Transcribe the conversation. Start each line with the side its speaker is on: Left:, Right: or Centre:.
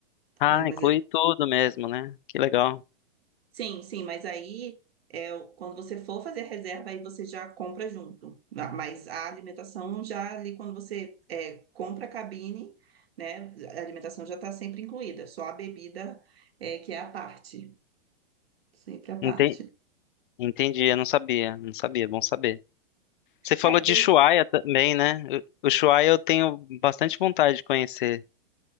Left: Ah,
Right: Ai, mas
Left: inclui
Right: é
Left: tudo mesmo, né? Que legal.
Right: Sim, sim, mas aí é, o- quando você for fazer a reserva, aí você já compra junto. Ma- Mas a alimentação já ali, quando você é, compra a cabine, né? A alimentação já está sempre incluída, só a bebida é, que é à parte, sempre à parte.
Left: Enten- Entendi, eu não sabia, não sabia, bom saber. Você falou
Right: É, pelo,
Left: de Ushuaia também, né? O o Ushuaia eu tenho bastante vontade de conhecer.